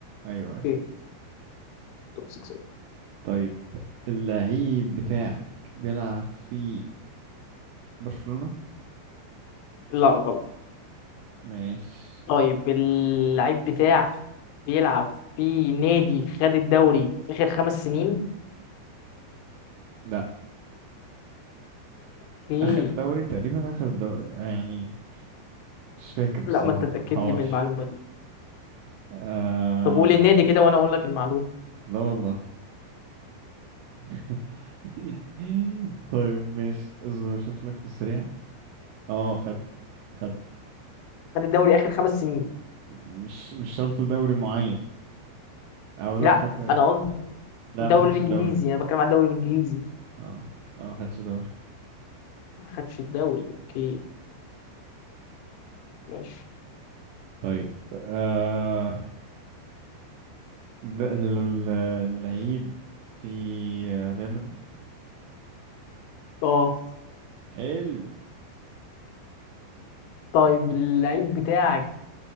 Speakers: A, on the right (about 80°); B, on the left (about 80°).
A: أيوه أيوه
B: اوكي توب 6
A: طيب اللعيب بتاعك بيلعب في برشلونة
B: لا غلط
A: ماشي
B: طيب اللعيب بتاعك بيلعب في نادي خد الدوري آخر خمس سنين
A: لا
B: اوكي
A: اخر دوري تقريبا اخر دوري يعني مش فاكر بصراحة
B: لا ما انت تأكد
A: ما حورش
B: لي من المعلومة دي
A: آه...
B: طب قول النادي كده وانا اقول لك المعلومة
A: لا والله <laughs> طيب ماشي اصبر اشوف لك في السريع اه خد خد
B: خد الدوري آخر خمس سنين
A: مش مش شرط دوري معين او لا
B: لا
A: خد
B: انا قصدي
A: لا
B: الدوري
A: ما خدش
B: الانجليزي
A: الدوري
B: انا بتكلم عن الدوري الانجليزي
A: اه لا ما خدش دوري
B: ما خدش الدوري اوكي ماشي
A: طيب آه... ده ال- ال- اللعيب في ريال مدريد
B: اه
A: حلو
B: طيب اللعيب بتاعك